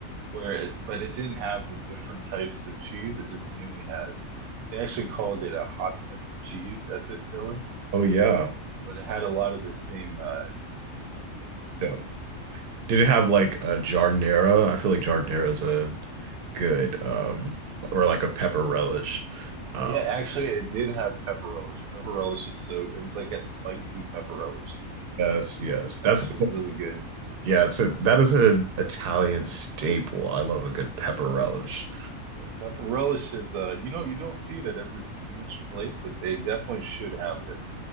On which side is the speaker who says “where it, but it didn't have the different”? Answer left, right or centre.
Right